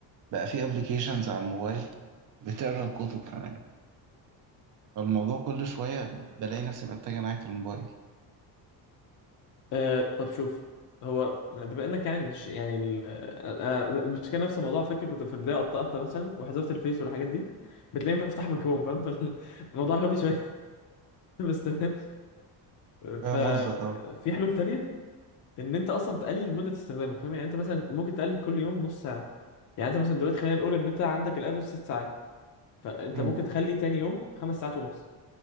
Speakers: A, on the right; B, on the left.
A: بقى في ابلكيشنز على الموبايل بتقرا الكتب كمان فالموضوع كل شوية بلاقي نفسي بتجه ناحية الموبايل
B: آه طب شوف هو بما انك يعني مش يعني ال- آه، أنا المشكله نفس الموضوع على فكره كنت في البدايه قطعتها مثلا وحذفت الفيس والحاجات دي بتلاقيني بفتح من كروم فاهم <laughs> فالموضوع غبي شويه <laughs> بس تمام
A: فاهم
B: ففي
A: قصدك اه
B: حلول تانية ان انت اصلا تقلل مده استخدامك فاهم يعني انت مثلا ممكن تقلل كل يوم نص ساعه يعني انت مثلا دلوقتي خلينا نقول ان انت عندك الافرج ست ساعات فانت
A: أمم،
B: ممكن تخلي تاني يوم خمس ساعات ونص